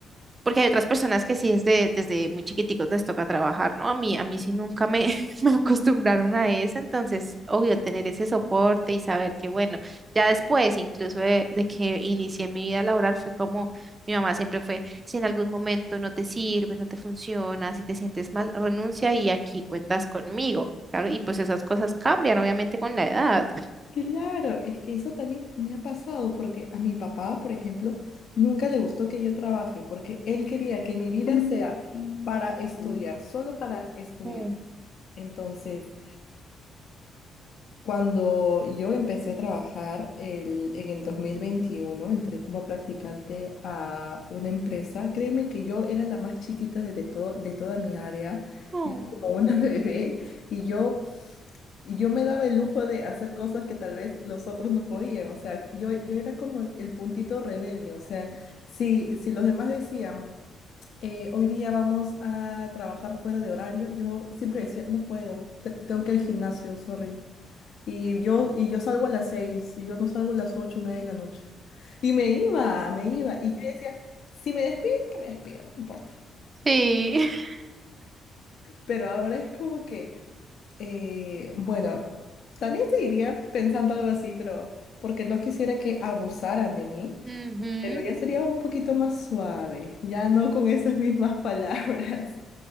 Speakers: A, on the right; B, on the left.
A: Porque hay otras personas que sí es de, desde muy chiquiticos les toca trabajar, ¿no? A mí, a mí sí nunca me, <laughs> me acostumbraron a eso, entonces, obvio, tener ese soporte y saber que, bueno, ya después, incluso de, de que inicié mi vida laboral, fue como mi mamá siempre fue, si en algún momento no te sirve, no te funciona, si te sientes mal, renuncia y aquí cuentas conmigo, claro, y pues esas cosas cambian, obviamente, con la edad.
B: Claro, es que eso también me ha pasado porque a mi papá, por ejemplo, nunca le gustó que yo trabaje porque él quería que mi vida sea para estudiar, solo para estudiar.
A: Mm.
B: Entonces, Cuando yo empecé a trabajar el- en el 2021 entré como practicante a una empresa. Créeme que yo era la más chiquita de, de to- de toda mi área.
A: Mm.
B: Yo era como una <laughs> bebé y yo, y yo me daba el lujo de hacer cosas que tal vez los otros no podían. O sea, yo, yo era como el el puntito rebelde. O sea, si, si los demás decían, eh, hoy día vamos a trabajar fuera de horario, yo siempre decía, no puedo, te- tengo que ir al gimnasio, sorry. Y yo, y yo salgo a las seis, y yo no salgo a las ocho, nueve de la noche. Y me iba, me iba. Y yo decía, si me despiden, que me despidan, no me importa.
A: Sí. <laughs>
B: Pero ahora es como que, eh, bueno, también seguiría pensando algo así, pero porque no quisiera que abusaran de mí,
A: Ujú.
B: pero ya sería un poquito más suave, ya no con esas mismas <laughs> palabras.